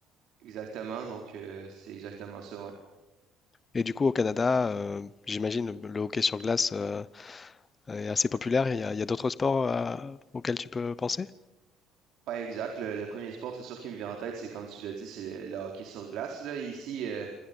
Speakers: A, on the right; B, on the left.
A: Exactement. Donc, euh, c'est exactement ça, ouais.
B: Et du coup, au Canada, euh, j'imagine le, le hockey sur glace. euh, euh, est assez populaire. Il y a, il y a d'autres sports euh, auxquels tu peux penser?
A: Ouais, exact. Le, le premier sport, c'est sûr qui me vient en tête, c'est comme tu l'as dit, c'est le, le hockey sur glace. Là, ici, euh,